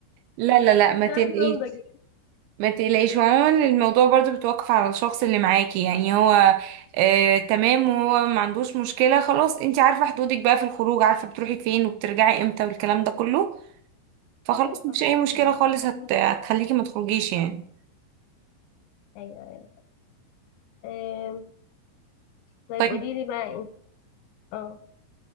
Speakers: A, on the right; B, on the left.
A: لا لا لا ما
B: مش
A: تقلقيش
B: عايزه انضج يعني.
A: ما تقلقيش عموما الموضوع برضو بتوقف على الشخص اللي معاكي يعني هو آه تمام وهو ما عندوش مشكلة خلاص انتي عارفة حدودك بقى في الخروج عارفة بتروحي فين وبترجعي امتى والكلام ده كله فخلاص
B: ايوه صح
A: مفيش اي مشكلة
B: ما-
A: خالص هت... هتخليكي ما تخرجيش يعني
B: ايوه أيوة. أم، طيب
A: طيب
B: قولي لي بقى انت اه